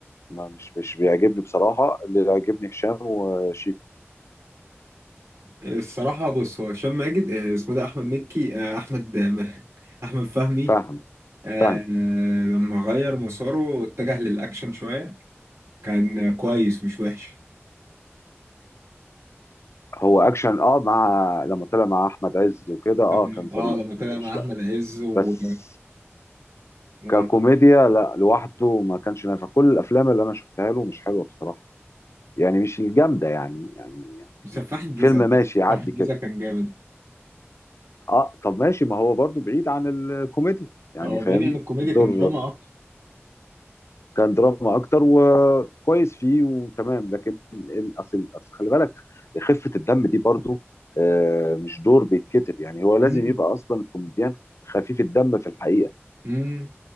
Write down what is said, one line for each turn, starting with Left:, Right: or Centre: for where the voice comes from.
Left: ما مش مش بيعجبني بصراحة اللي بيعجبني هشام وشيك
Right: الصراحة بص هو هشام ماجد آه، اسمه ده أحمد مكي آه، أحمد آه، مه- أحمد فهمي
Left: فهم
Right: آه،
Left: فهم
Right: آه، لما غير مساره واتجه للأكشن شوية كان آه، كويس مش وحش
Left: هو اكشن اه مع لما طلع مع احمد عز وكده اه
Right: لما-
Left: كان
Right: اه
Left: ظريف
Right: لما طلع
Left: انا ما بقولش
Right: مع أحمد
Left: لا
Right: عز و...
Left: بس
Right: و-
Left: ككوميديا لا لوحده ما كانش نافع كل الافلام اللي انا شفتها له مش حلوة بصراحة يعني مش الجامدة يعني يعني يعني
Right: وسفاح الجيزة
Left: فيلم ماشي
Right: ده سفاح
Left: يعدي
Right: الجيزة
Left: كده
Right: كان جامد
Left: اه طب ماشي ما هو برضو بعيد عن الكوميديا يعني
Right: هو
Left: فاهمني
Right: بعيد عن الكوميديا
Left: الدور
Right: كان دراما أكتر
Left: كان دراما اكتر وكويس فيه وتمام لكن ال- اصل اصل خلي بالك خفه الدم دي برضو آه، مش دور بيتكتب يعني هو
Right: مم.
Left: لازم يبقى اصلا الكوميديان خفيف الدم في الحقيقه
Right: مم.